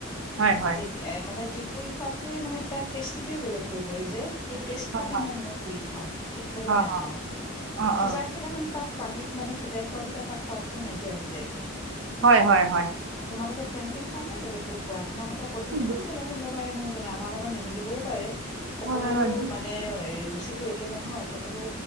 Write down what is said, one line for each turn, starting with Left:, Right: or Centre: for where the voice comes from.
Right: হয় হয়
Left: যেতি মানে জুইত পুৰি খোৱাদটয়ে মানে তাৰ টেষ্টিতয়ে বেলেগ হৈ পৰে যে। সেই টেষ্টটো
Right: হয়
Left: কাৰণে
Right: হয়
Left: মই পুৰি খাওঁ, সিদ্ধ কৰি
Right: অ
Left: নাখাওঁ,
Right: অ অ
Left: সিজাই
Right: অ
Left: খালে মানে তাক পানীত মানে সিজাই খোৱাৰ পিছত তাৰ সোৱাদটো নাইকিয়া হৈ যায়গৈ।
Right: হয়, হয়, হয়।
Left: তোমালোকে তেনেকে খোৱা নে বেলেগকৈ খোৱা? তোমালোকৰ পদ্ধতিতটোও
Right: দু-
Left: বেলেগ হ'ব পাৰে নহয় জানোঁ, আমাৰ লগত নিমিলিবও পাৰে সকলোৱেতো
Right: হয় হয় হয় দু-
Left: মানে ৰুচিত একেই নহয় প্ৰত্যেক